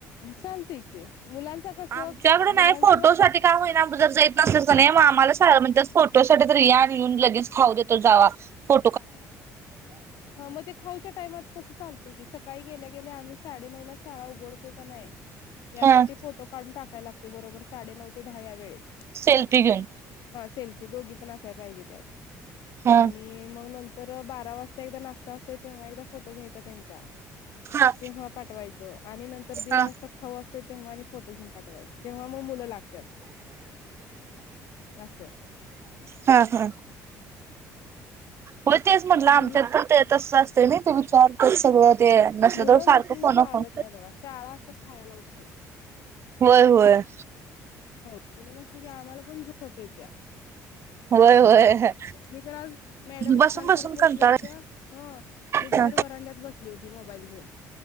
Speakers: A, on the left (about 70°); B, on the right (about 40°).
A: चालतय की. मुलांच कसं
B: आमच्याकड
A: मुलांच
B: नाही फोटोसाठी काय होईना जर जात नसल तर नाही मग आम्हाला म्हण फोटोसाठी यान येऊन लगेच खाऊ देतो जावा. फो
A: ह मग ते खाऊच्या टायमात तस चालतय की. सकाळी गेल्या गेल्या आम्ही साडे नऊला शाळा उघडतोय का नाही यासाठी
B: हा
A: फोटो काढून टाक काय लागतो बरोबर साडे नऊ ते दहा या वेळेत.
B: सेल्फी घेऊन.
A: सेल्फी दोघी पण असाय पाहिजे त्यात.
B: हा
A: आणि मग बारा वाजता एक नाश्ता असतोय तेव्हा एकदा फोटो घ्यायचा त्यांचा.
B: हा
A: तेव्हा पाठवायचं. आणि नंतर दीड
B: हा
A: वाजता खाऊ असतोय तेव्हा आणि फोटो घेऊन पाठवायचे तेव्हा मग मुलं लागतात. अस
B: हा हा हो तेच म्हटलं आमच्यात
A: मुल
B: पण ते तसं असते ना. ते विचारत सगळं ते नसलं
A: मुलं
B: तर सारखं
A: नसून
B: फोन
A: चालत
B: फोन
A: नाही बघा. शाळा असं खायला उठत्या.
B: होय होय.
A: मुलं नसलं की आम्हाला पण झोप येत्या.
B: होय
A: नको
B: होय
A: वाटत ते. मी तर आज मॅडम लिखाण
B: बसून बसून
A: करत बसल्या
B: कंटाळा
A: होत्या. अ मी
B: हा
A: बाहेर व्हरांड्यात बसली होती मोबाईल घेऊन.